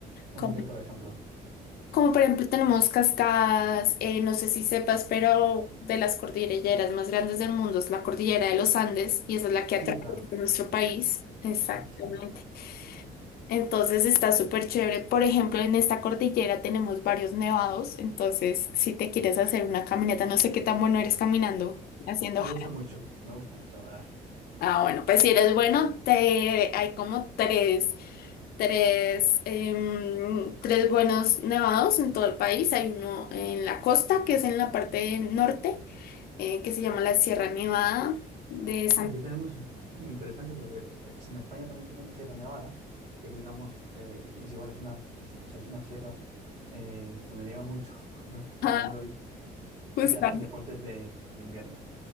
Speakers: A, on the right; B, on the left.
A: Como
B: Como,
A: que, por ejemplo.
B: como por ejemplo tenemos cascadas, eh, no sé si sepas, pero de las cordilleras más grandes del mundo es la cordillera de los Andes y esa es la que atraviesa
A: Sí, claro.
B: nuestro país. Exactamente.
A: Ah, sí. Hola.
B: Entonces está súper chévere. Por ejemplo, en esta cordillera tenemos varios nevados. Entonces, si te quieres hacer una caminata, no sé qué tan bueno eres caminando, haciendo
A: Me
B: hike.
A: gusta mucho, me gusta mucho, la verdad.
B: Ah, bueno, pues si eres bueno, te... hay como tres, tres, em, tres buenos nevados en todo el país. Hay uno en la costa, que es en la parte norte, eh, que se llama la Sierra Nevada de San...
A: Ah, aquí tenemos, ah, interesante porque eh, es en España también tenemos Sierra Nevada, que es, digamos, eh, es igual, es una, es, o sea, es una sierra eh, donde nieva mucho, <laughs> obviamente, como
B: Ajá,
A: el nombre lo dice,
B: justo.
A: y se hacen deportes de, de invierno.